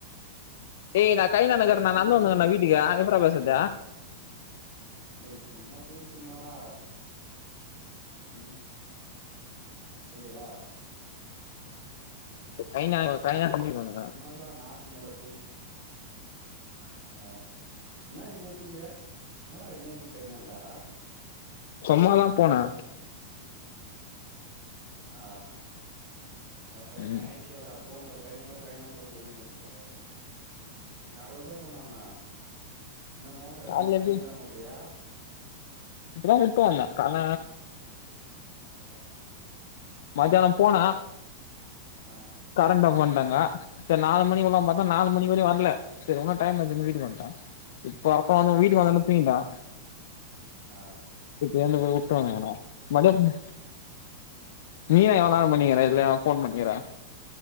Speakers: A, on the left; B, on the right.
A: ஏய் நா கை நா
B: ஏய்
A: நகர்
B: சும்மா
A: நா நடந்து
B: என்ன
A: வந்துன்னு
B: பண்ற
A: இருக்கே டா
B: கைங்கள
A: வீட்டுக்கு எப்டிர்ரா பேசுறது
B: டேய் சும்மா பேசின்னு வாடா ம் ஓகேவா
A: கைனா கைனா பன்னிருவாங்க
B: சும்மாதா நாட்டு நடப்பு ஆ என்ன இன்நேத்துக்கு என்னடா இன்நேத்துக்கு கைனாண்டா
A: சும்மாதா போனே
B: ஆ அப்ப
A: ம்
B: நைட்லயாடா தூங்குற டைம்ல கைனாண்ட போயின்னு இருக்க காலல தா போனுன்னா என்ன மோட்டர் எதனா
A: கால்ல
B: தண்ணி
A: எப்டி
B: எதனா ஓடுறியா
A: இப்பதா விட்டு வந்தே கான
B: ஆ
A: மத்யானோ போனே
B: ஆ
A: கரண்ட ஆஃப் பண்ட்டாங்க செரி நாலு மணிக்கு விடலா
B: ஆ
A: பாத்தா நாலு மணி வரயு வரல சரி இன்னு டைம் இருக்குன்னு வீட்டுக்கு வன்ட்டே இப்ப அப்ப
B: சேரி
A: வந்த வீட்டுக்கு
B: சேரி
A: வந்த ஒன்னே தூங்கிட்டே
B: ஆ
A: இப்ப கொண்டு போய் வுட்டு வந்துக்குனே மருடியு நீதா எவனாலு பண்ணிக்கிற இதுல்ல ஃபோன் பண்ணிக்கிற